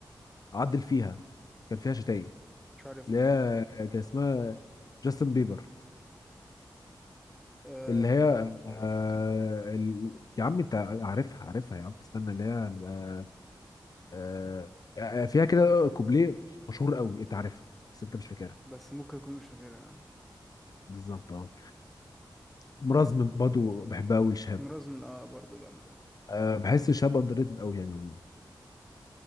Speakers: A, on the left; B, in the centre.
A: عدل فيها كان فيها شتايم
B: مش عارف
A: اللي هي كان اسمها جاستن بيبر
B: آه
A: اللي هي
B: لا، مش عارف
A: آه ال... يا عم انت عارفها عارفها يا عم استنى اللي هي آه آه آه، فيها كده كوبليه مشهور قوي انت عارفها بس انت مش فاكرها
B: بس ممكن اكون مش فاكرها
A: بالظبط اه مرازم برضه بحبها قوي لشهاب
B: امراض من اه برضو جامدة
A: آه بحس شهاب اندر ريتد قوي يعني عموماً.